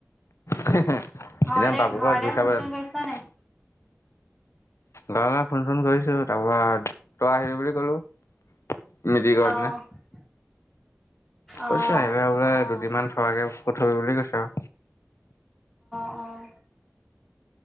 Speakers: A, on the left; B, in the centre.
A: সদি
B: ঘৰলে
A: বাবুকৰ
B: ঘৰলে
A: জোচাব
B: ফোন চোন
A: <unintelligible>
B: কৰিছ নাই?
A: ঘৰা নে ফোন চোন কৰিছো তাৰপা তই আহিলি বুলি মিতি কৰ
B: অ',
A: নে
B: অ'।
A: কৈছে আহিলে বোলে দুদিনমান থকাকে প থাব বুলি কৈছ আৰু
B: অঁ